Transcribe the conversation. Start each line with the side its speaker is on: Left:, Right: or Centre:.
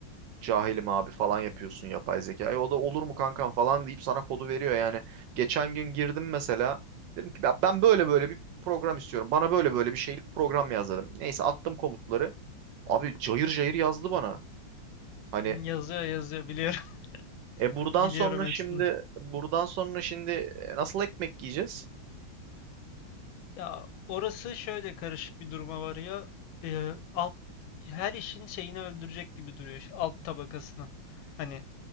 Right: cahilim abi falan yapıyorsun yapay zekayı o da olur mu kankam falan deyip sana kodu veriyor yani geçen gün girdim mesela dedim ki "Ya ben böyle böyle bir program istiyorum bana böyle böyle bir şeylik program yaz dedim neyse attım komutları abi cayır cayır yazdı bana hani
Left: Yazıyor yazıyor biliyorum. <laughs>
Right: e buradan
Left: Biliyorum
Right: sonra
Left: hepsini.
Right: şimdi buradan sonra şimdi e, nasıl ekmek yiyeceğiz?
Left: Ya orası şöyle karışık bir duruma varıyor. Ee, alt her işin şeyini öldürecek gibi duruyor. işte, Alt tabakasını. Hani